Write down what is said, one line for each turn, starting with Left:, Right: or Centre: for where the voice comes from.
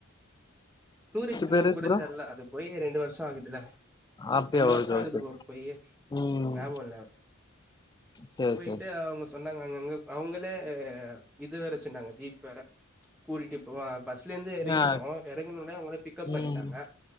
Centre: டூரிஸ்ட்
Left: பேரு
Centre: நேம் கூட
Left: ப்ரோ
Centre: தெர்ல அது போயி ரெண்டு வர்ஷோ ஆகுதுல்ல
Left: அப்டியா
Centre: ரெண்டு வர்ஷோ
Left: ஓகே
Centre: ஆகுது
Left: ஓகே
Centre: போ பொய்யி
Left: ம்
Centre: ஞாபகொ இல்ல
Left: சேரி
Centre: போயிட்டு
Left: சேரி
Centre: அவுங்க சொன் தாங்க அங்கங்க அவுங்களே இது வேற வெச்சுந்தாங்க ஜீப் வேற கூடிட்டே போ வா பஸ்லந்து எறங்கிட்டோ
Left: ஆ
Centre: எறங்கின உனே அவுங்களே பிக்கப்
Left: ம்
Centre: பண்ணிட்டாங்க